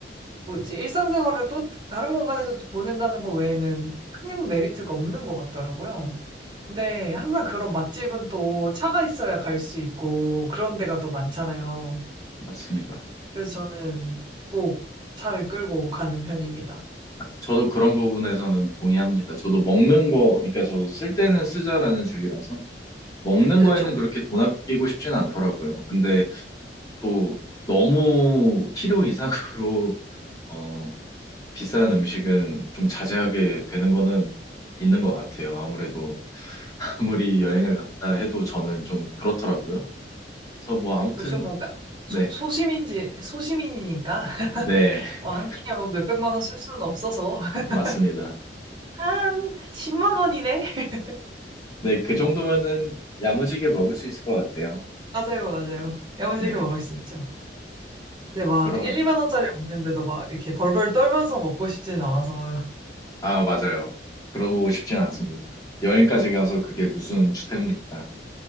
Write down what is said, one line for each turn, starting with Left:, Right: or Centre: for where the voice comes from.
Right: 뭐지, 일상생활을 또 다른 공간에서 보낸다는 거 외에는 큰 메리트가 없는 것 같더라고요. 근데 항상 그런 맛집은 또 차가 있어야 갈 수 있고 그런 데가 또 많잖아요.
Left: 맞습니다.
Right: 그래서 저는 꼭 차를 끌고 가는 편입니다.
Left: 저도 그런 부분에서는 동의합니다. 저도 먹는 거, 그러니까 저도 쓸 때는 쓰자라는 주의라서 먹는
Right: 그쵸,
Left: 거에는
Right: 그쵸.
Left: 그렇게 돈 아끼고 싶진 않더라고요. 근데 또 너무 필요 이상으로 어, 비싼 음식은 좀 자제하게 되는 거는 있는 것 같아요. 아무래도 아무리 여행을 갔다 해도 저는 좀 그렇더라고요. 그래서 뭐 아무튼
Right: 그쵸, 뭐, 바-
Left: 네,
Right: 소, 소심인지, 소시민이니까, <laughs>
Left: 네, <laughs>
Right: 뭐, 한 끼에 뭐 몇백만 원 쓸 수는 없어서, <laughs>
Left: 맞습니다.
Right: 한 10만 원이네? <laughs>
Left: 네, 그 정도면은 야무지게 먹을 수 있을 것 같아요.
Right: 맞아요, 맞아요. 야무지게
Left: 네,
Right: 먹을 수 있죠. 근데 막
Left: 그럼.
Right: 1, 2만 원짜리 먹는데도 막 이렇게 벌벌 떨면서 먹고 싶진 않아서.
Left: 아, 맞아요. 그러고 싶진 않습니다. 여행까지 가서 그게 무슨 주택입니까?